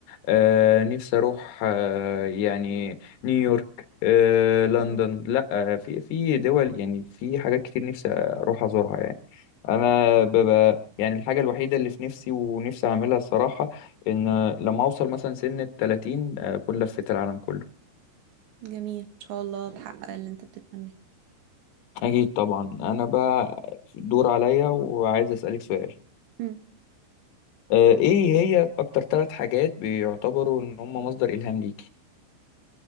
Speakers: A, on the left; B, on the right.
A: آه، نفسي اروح آه، يعني نيويورك آه، لندن
B: مم.
A: لا آه، في في دول يعني في حاجات كتير نفسي اروح ازورها يعني انا ببقى يعني الحاجة الوحيدة اللي في نفسي ونفسي اعملها الصراحة ان
B: مم.
A: لما اوصل مثلا سن ال 30 آه، اكون لفيت العالم كله
B: جميل ان شاء الله تحقق اللي انت بتتمناه
A: اكيد طبعا انا بقى دور عليا وعايز اسالك سؤال
B: مم.
A: آه، ايه هي اكتر ثلاث حاجات بيعتبروا ان هم مصدر الهام ليكي